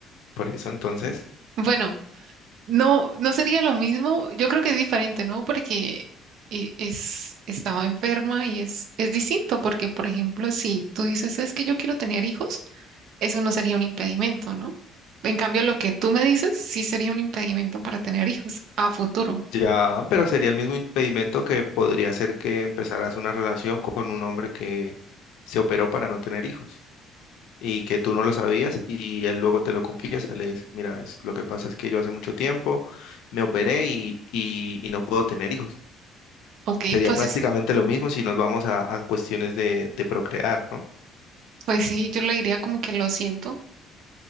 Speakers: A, on the left (about 75°); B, on the right (about 55°).
A: Por eso entonces.
B: Bueno, no, no sería lo mismo. Yo creo que es diferente, ¿no? Porque eh, es, estaba enferma y es, es distinto. Porque, por ejemplo, si tú dices, es que yo quiero tener hijos, eso no sería un impedimento, ¿no? En cambio, lo que tú me dices sí sería un impedimento para tener hijos a futuro.
A: Ya, pero sería el mismo impedimento que podría ser que empezaras una relación con un hombre que se operó para no tener hijos y que tú no lo sabías y él luego te lo confiesa, le dice, mira, es, lo que pasa es que yo hace mucho tiempo me operé y, y, y no puedo tener hijos.
B: Ok,
A: Sería
B: pues,
A: prácticamente lo mismo si nos vamos a, a cuestiones de, de procrear, ¿no?
B: pues sí, yo le diría como que lo siento.